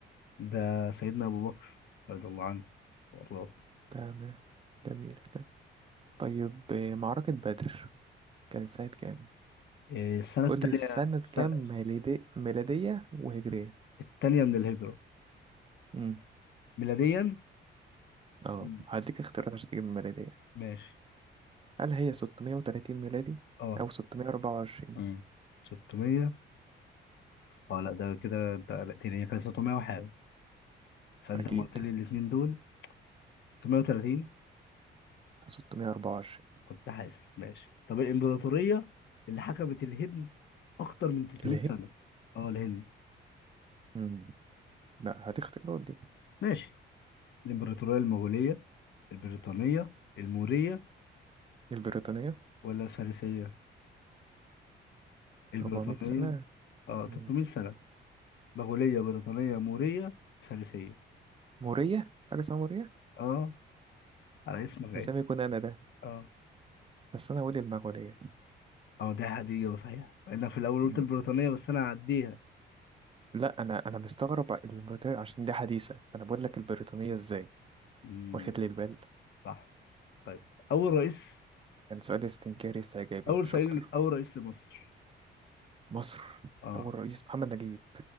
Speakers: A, on the left; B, on the right.
A: ده سيدنا أبو بكر رضي الله عنه وأرضاه
B: تمام جميل طيب آه، معركة بدر كانت سنة كام؟
A: إيه، السنة
B: قولي
A: التانية
B: سنة
A: السنة
B: كام ميلادي... ميلادية وهجرية
A: التانية من الهجرة
B: امم
A: ميلاديا
B: اه
A: مم.
B: هديك اختيارات عشان تجيب الميلادية
A: ماشي
B: هل هي 630 ميلادي
A: اه
B: أو 624
A: مم. 600 اه لا ده كده انت قلقتني هي كانت 600 وحاجة فأنت
B: أكيد
A: لما قلت لي الاتنين دول 630
B: 624
A: كنت حاسس ماشي طب الإمبراطورية اللي حكمت الهند أكتر من 300
B: ليه؟
A: سنة اه الهند
B: امم لا هديك اختيارات دي
A: ماشي الإمبراطورية المغولية البريطانية المورية
B: البريطانية
A: ولا الفارسية البريطانية
B: 400 سنة
A: اه 300
B: مم.
A: سنة مغولية بريطانية مورية فارسية
B: مورية حاجة اسمها مورية
A: اه على اسمك
B: ده
A: ايه
B: زي ما يكون أنا ده
A: اه
B: بس أنا هقول المغولية
A: اه دي هدية صحيح مع انك في الاول
B: مم.
A: قلت البريطانية بس انا هعديها
B: لا أنا أنا مستغرب البريطانية عشان دي حديثة أنا بقول لك البريطانية إزاي
A: امم
B: واخد لي البال
A: صح طيب اول رئيس
B: كان سؤال استنكاري استعجابي
A: اول
B: مش
A: سائل
B: أكتر
A: اول رئيس لمصر
B: مصر
A: اه
B: أول رئيس محمد نجيب